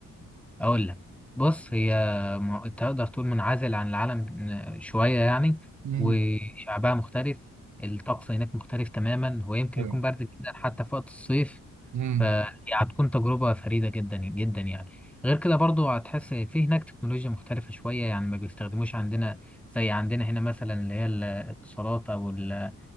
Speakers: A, in the centre; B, on the right (about 65°).
A: أقول لك بص هي م- تقدر تقول منعزل عن العالم ن- شوية يعني
B: امم
A: وشعبها مختلف الطقس هناك مختلف تماما ويمكن
B: ايوه
A: يكون برد جدا حتى في وقت الصيف
B: امم
A: فهي هتكون تجربة فريدة جدا جدا يعني غير كده برضو هتحس في هناك تكنولوجيا مختلفة شوية يعني ما بيستخدموش عندنا زي عندنا هنا مثلا اللي هي الاتصالات أو ال-